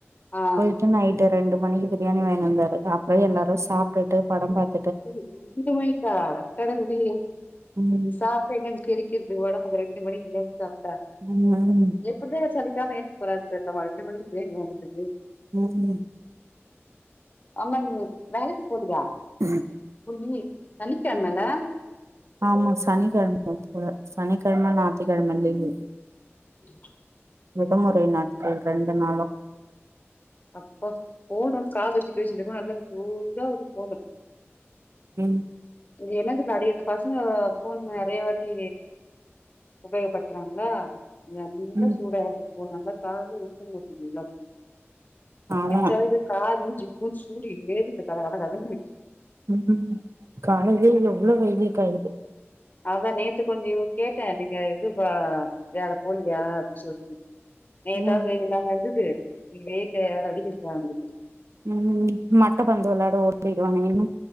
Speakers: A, on the left; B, on the right.
A: ஆ
B: போயிட்டு நைட்டு ரெண்டு மணிக்கு பிரியாணி வாங்கினு வந்தாரு அப்பற எல்லாரும் சாப்ட்டுட்டு படம் பாத்
A: நைட் ரெண்டு மணிக்கா அடக்கடவுளே
B: ம்
A: சாப் எங்க இருந்து செரிக்குறது உடம்பு ரெண்டு மணிக்கு மேல சாப்ட்டா
B: ம் ம்
A: எப்டிதா சலிக்காம எழுந்து போறாருன் தெரிலமா ரெண்டு மணிக்கு பிரியாணி வாங்குறதுக்கு
B: ம் ம்
A: ஆமா நீங்க வேலைக்கு போலயா
B: ம்
A: ஒ நீங்க சனிக்கிழமைல
B: ஆமா சனிக்கிழமை போல சனிக்கிழமை ஞாத்திக்கிழமை லீவு
A: உ
B: விடுமுறை நாட்கள் ரெண்டு நாளு
A: அப்பா ஃபோன காதுல வெச்சு பேசுதுக்க நல்லா சூடா இருது ஃபோனு
B: ம்
A: இது என்னதுக்கு அடி இந்த பசங்க ஃபோன் நறைய வாட்டி உபயோக படுத்துறாங்களா நல்லா
B: ம்
A: சூடாயிருது ஃபோனு என்னால காதுலே வெக்க முடியல
B: ஆமா
A: எச்சாவது காது ஜிவ்வுனு சூடு ஏறுது கட கட கடனு
B: ம் காலையிலே எவ்வளோ வெயில் காயுது
A: அதா நேத்து கொஞ்ச கேட்டே நீங்க இது வேலை போலியா அப்டின்னு சொல்லி நேத்தாவது
B: ம்
A: வெயில்லாம இருந்தது இன்னைக்கு வெயில் எவ்ளோ அடிக்கிது பாருங்க
B: ம் மட்ட பந்து விளையாட ஓடி போயிருவாங்களேனு